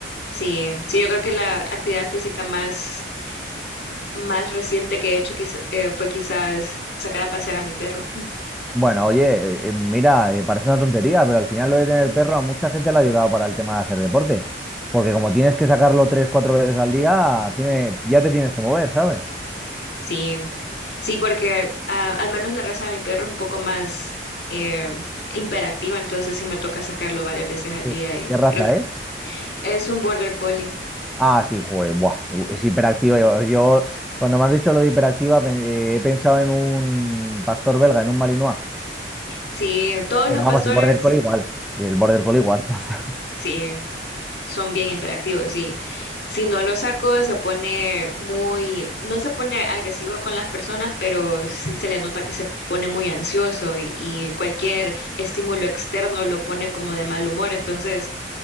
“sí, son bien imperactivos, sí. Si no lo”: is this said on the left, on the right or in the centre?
Left